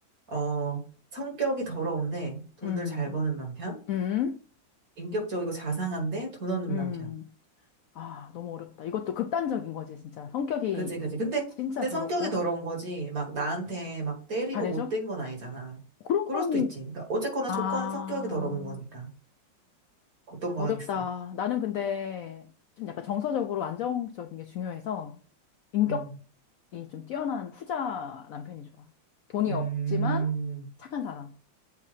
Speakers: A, on the right; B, on the left.
A: 어, 성격이 더러운데 돈을
B: 음.
A: 잘 버는 남편?
B: 음,
A: 인격적이고 자상한데 돈 없는
B: 음.
A: 남편.
B: 아, 너무 어렵다. 이것도 극단적인 거지, 진짜. 성격이
A: 그지, 그지. 근데,
B: 진짜
A: 근데
B: 더럽고.
A: 성격이 더러운 거지. 막 나한테 막 때리고
B: 잘해줘?
A: 못된 건 아니잖아.
B: 그런
A: 그럴
B: 건,
A: 수도 있지. 그러니까 어쨌거나
B: 아,
A: 조건이 성격이 더러운 거니까. 어떤 거
B: 어렵다.
A: 하겠어.
B: 나는 근데 좀 약간 정서적으로 안정적인 게 중요해서 인격이
A: 음,
B: 좀 뛰어난 후자 남편이 좋아. 돈이
A: 음,
B: 없지만 착한 사람.